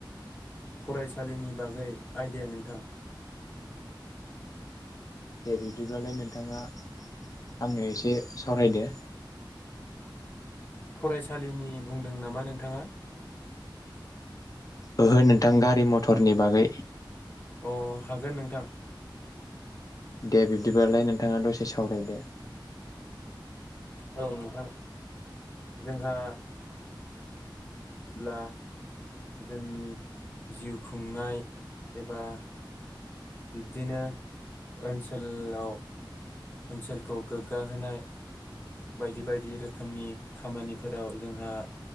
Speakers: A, on the left; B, on the left.
A: फरायसालिनि बागै आइडाया नोंथां।
B: दे बिब्दिब्लाालाय नोंथाङा आंनो एसे सावरायदो।
A: फरायसालिनि बुंदों नामा नोंथाङा?
B: ओहो नोंथां गारि मथरनि बागै।
A: अ हागोन नोंथां।
B: दे बिब्दिबालाय नों थाङा दसे सावरायदो।
A: औ नोंथां जोंहा ब्ला जोंनि जिउ खुंनाय एबा बिब्दिनो ओनसोलाव ओनसोलखौ गोग्गा होनाय बायदि बायदि रोखोमनि खामानिफोराव जोंहा